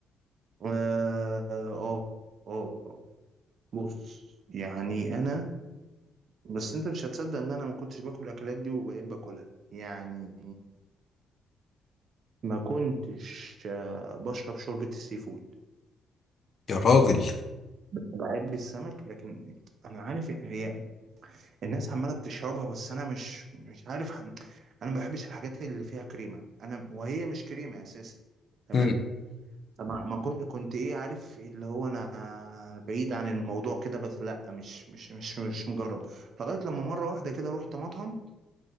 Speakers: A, on the right; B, on the left.
A: آه آه آه آه. بص يعني أنا بس أنت مش هتصدق إن أنا ما كنتش باكل الأكلات دي وبقيت باكلها يعني ما كنتش آه، بشرب شوربة السي فود
B: يا راجل
A: بحب السمك لكن انا عارف ان هي الناس عماله بتشربها بس انا مش مش عارف ح- انا ما بحبش الحاجات اللي فيها كريمه انا وهي مش كريمه اساسا تمام
B: مم.
A: فما ما كنت كنت ايه عارف إيه اللي هو انا بعيد عن الموضوع كده بس لا مش مش مش مش مجرب لغايه لما مره واحده كده رحت مطعم